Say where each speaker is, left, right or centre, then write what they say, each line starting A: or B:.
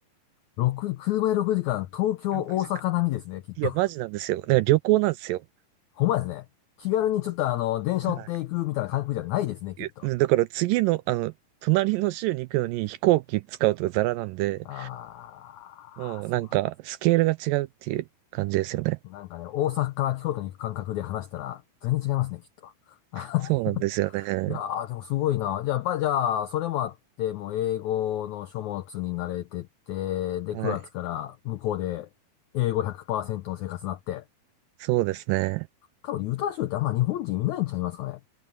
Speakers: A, on the left; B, on the right.
A: 6、車で6時間、東京、
B: な。6時
A: 大阪並みですね、きっと。
B: いや、マジなんですよ。だから旅行なんですよ。
A: <laughs> ほんまですね。気軽にちょっとあの、電車乗っていくみたいな感覚じゃないですね、
B: は
A: きっと。
B: いえだから次の、あの、隣の州に行くのに飛行機使うとかザラなんで、
A: あー、
B: もうなんかスケールが違うっていう感じですよね。
A: そうなんだ。なんかね、大阪から京都に行く感覚で話したら、全然違いますね、きっと。<laughs>
B: そうなんですよね。
A: いやー、でもすごいな。じゃあ、ば、じゃあ、それもあって、もう英語の書物に慣れてって、で、
B: はい。
A: 9月から向こうで英語100%の生活になって、
B: そうですね。
A: 多分ユタ州ってあんま日本人いないんちゃいますかね。